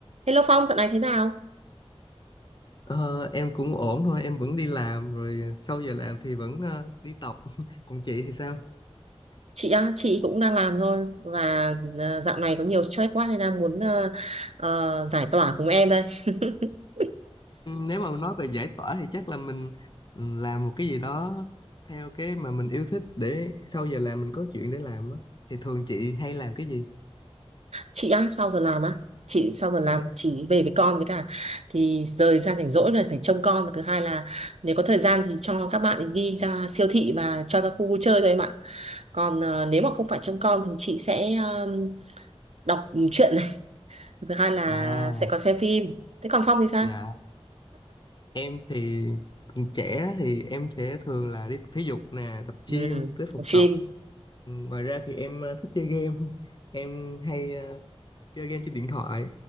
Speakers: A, on the right; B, on the left.
A: Hello Phong, dạo này thế nào?
B: Ờ, em cũng ổn thôi, em vẫn đi làm rồi sau giờ làm thì vẫn ờ, đi tập. <laughs> Còn chị thì sao?
A: Chị á, chị cũng đang làm thôi và ờ, dạo này có nhiều stress quá nên đang muốn ờ, ờ, giải tỏa cùng em đây. <laughs>
B: Ừ, Nếu mà nói về giải tỏa thì chắc là mình ừ, làm một cái gì đó theo cái mà mình yêu thích để sau giờ làm mình có chuyện để làm á. Thì thường chị hay làm cái gì?
A: Chị á, sau giờ làm á, chị sau giờ làm
B: Ừ.
A: chị về với con với cả thì thời gian rảnh rỗi là phải trông con và thứ hai là nếu có thời gian thì cho các bạn ấy đi ra siêu thị và cho ra khu vui chơi thôi em ạ. Còn ờ, nếu mà không phải trông con thì chị sẽ ờ, đọc truyện này, thứ hai là
B: À,
A: sẽ có xem phim. Thế còn Phong thì sao?
B: dạ. Em thì trẻ thì em sẽ thường là đi tập thể dục nè, tập
A: Ừ,
B: gym, tới phòng
A: phim.
B: tập. Ừ, Ngoài ra thì em ờ, thích chơi game. <laughs> Em hay ờ, chơi game trên điện thoại